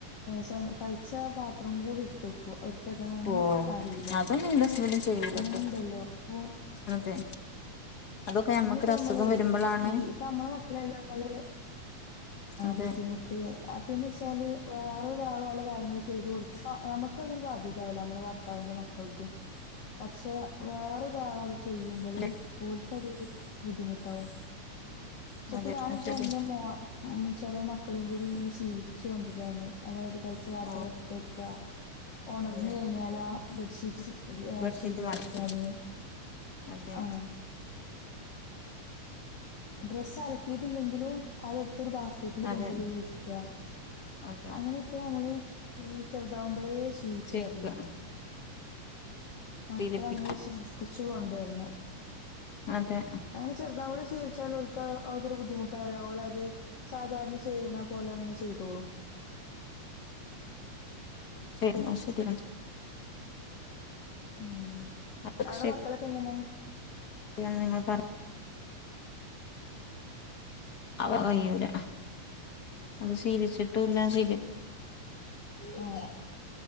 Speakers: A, on the left; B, on the left.
A: സ്വയം കഴിച്ച പാത്രം കൂടി എടുത്ത് വെക്കു എടുത്തെക്കാന്
B: ഓ
A: അറിയില്ല
B: അതൊന്നും എന്റെ ഹസ്ബൻഡ് ചെയ്യൂലട്ടോ
A: അങ്ങനെണ്ടല്ലോ പ്പോ
B: അതെ അതൊക്കെ
A: അങ്ങനെയൊക്കെ
B: ഞമ്മക്കൊരു അസുഖം
A: നമ്മള്
B: വരുമ്പളാണ്
A: ഈ ഇപ്പ നമ്മളെ മക്കളെയെല്ലാം നമ്മള്
B: ആഹ്
A: ബുദ്ധിമുട്ട് പിന്നെ വെച്ചാല് വേറൊരാളോല് കാര്യങ്ങൾ ചെയ്ത് കൊടുക്ക നമുക്ക് അതൊരു ബാധ്യതാവില്ലേ നമ്മളെ ഭർ ർത്താവിന്റെ മക്കളതും പക്ഷെ വേറൊരാള ചെയ്യുമ്പോള്
B: അതെ
A: ഓല്ക്ക് അതൊരു ബുദ്ധിമുട്ടാവും ച്ച്പ്പോ
B: അതെ
A: ഞാനൊക്കെ
B: അത് ശരി
A: എന്റെ മോ ചെറിയ മക്കളെയും കൂടി ഇങ്ങനെ ശീലിപ്പിച്ച് കൊണ്ടിരാണ് അതായത് കഴിച്ച പാത്രം
B: ഓ
A: എടുത്ത് വെക്ക ഉണർന്ന്
B: അതെ
A: കഴിഞ്ഞാൽ ആഹ് ബെഡ്ഷീറ്റ് ഏഹ്
B: ബെഡ്ഷീറ്റ്
A: ശെരിയാക്കാന്
B: മാറ്റി അതെ
A: ആഹ് ഡ്രെസ്സ് അലക്കിയിട്ടില്ലെങ്കിലും അതെടുത്തൊരു ബാസ് ക്കറ്റില്
B: അതെ
A: കൊണ്ടുപോയി വെക്കുക
B: അതെ
A: അങ്ങനെയൊക്കെ നമ്മള് ഈ ചെറുതാവുമ്പളേ ശീലിച്ച്
B: ചെയ്യിക്കുക
A: വരണം മക്കളെ
B: ശീലിപ്പിക്ക
A: നമ്മള് ശീലിപ്പിച്ചു കൊണ്ട് വരണം
B: അതെ
A: അങ്ങനെ ചെറുതാവുമ്പോ ശീലിച്ചാൽ ഓൽക്ക് അതൊരു ബുദ്ധിമുട്ടാവല്ല ഓല് അത് സാധാരണ ചെയ്യണ പോലെ അങ്ങനെ ചെയ്തോളും
B: ശെരി എന്നാ ശെരി
A: ഉം
B: അതൊക്കെ
A: അവിടെ മക്കളൊക്കെ എങ്ങനെയാ
B: <unintelligible> അവ
A: ഉം.
B: കഴൂകൂല അത് ശീലിച്ചിട്ടുല്ലാ ശീലി
A: ഉം